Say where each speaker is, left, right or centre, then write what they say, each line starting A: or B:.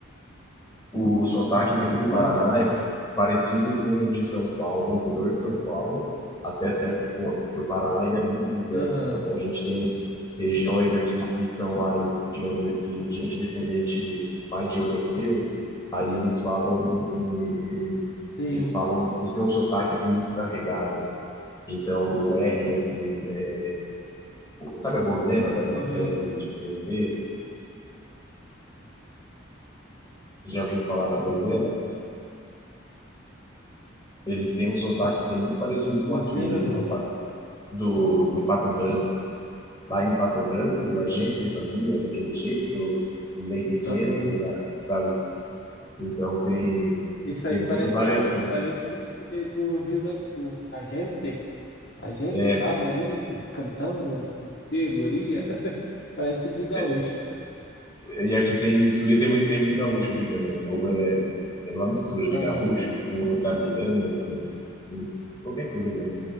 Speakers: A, on the left; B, on the left.
A: O sotaque
B: Eu-
A: daqui
B: engraçado.
A: do Paraná é parecido com o de São Paulo, do interior de São Paulo, até certo ponto, porque o Paraná ele é muito diverso,
B: Aham,
A: né? Então a gente tem regiões aqui que são mais, digamos, de gente descendente mais de europeu, aí eles falam em, em- em-
B: Sim.
A: eles falam, eles têm um sotaque assim muito carregado. Então, o R, assim, é sabe a Bozena daquela
B: Aham.
A: série de TV? Você já ouviu falar da Bozena? Eles têm um sotaque que é muito parecido
B: Bozeira
A: com aquele ali
B: não.
A: de, Pa- do, de Pato Branco. Lá em Pato Branco, a gente fazia daquele jeito, o leite quente,
B: Aham.
A: né? Sabe? Então, tem,
B: Isso
A: tem
B: aí parece,
A: muitas variações.
B: parece do Rio Grande do Sul. A gente, a gente
A: É,
B: tava ali cantando de guria. <laughs> Parece de gaúcho.
A: é, e aqui tem isso, porque tem muito, tem muito gaúcho aqui também. O povo é, é uma mistura de
B: Aham.
A: gaúcho com italiano, com, com qualquer coisa, né?